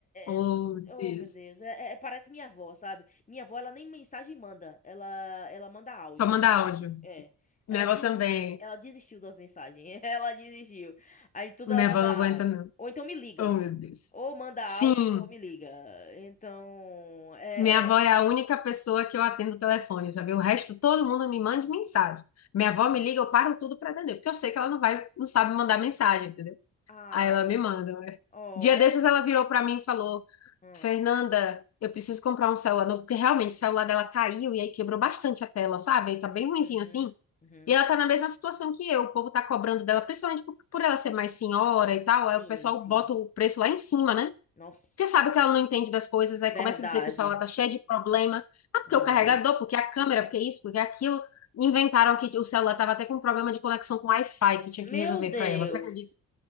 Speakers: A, on the left (about 55°); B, on the left (about 25°).
A: Oh,
B: é-
A: Deus.
B: é, Oh, meu Deus. É, é- parece minha avó, sabe? Minha avó, ela nem mensagem manda. Ela, ela manda áudio,
A: Só mandar
B: tudo áudio.
A: áudio.
B: É.
A: Minha
B: Ela desis...
A: avó também.
B: ela desistiu das mensagens. <laughs> Ela desistiu. Aí tudo
A: Minha
B: ela manda
A: avó não
B: áudio.
A: aguenta, não.
B: Ou então me liga.
A: Oh, meu Deus.
B: Ou manda
A: Sim,
B: áudio ou me liga. Então. É.
A: Minha avó
B: é...
A: é a única pessoa que eu atendo o telefone, sabe? O resto, todo mundo me manda mensagem. Minha avó me liga, eu paro tudo pra atender, porque eu sei que ela não vai, não sabe mandar mensagem, entendeu?
B: Ah.
A: Aí ela me manda, né?
B: Oh,
A: Dia
B: é.
A: desses ela virou pra mim e falou:
B: hum.
A: Fernanda, eu preciso comprar um celular novo, porque realmente o celular dela caiu e aí quebrou bastante a tela, sabe?
B: Uhum,
A: Aí tá bem ruinzinho
B: uhum,
A: assim.
B: uhum.
A: E ela tá na mesma situação que eu, o povo tá cobrando dela, principalmente por, por ela ser mais senhora e tal, aí
B: Sim,
A: o pessoal
B: sim.
A: bota o preço lá em cima, né?
B: Nossa,
A: Porque sabe que ela não entende das coisas, aí
B: verdade,
A: começa a dizer que o celular tá cheio de problema. Ah, porque
B: verdade.
A: o carregador, porque a câmera, porque isso, porque aquilo. Inventaram que o celular tava até com problema de conexão com Wi-Fi que tinha que
B: Meu
A: resolver
B: Deus,
A: pra ela, você acredita?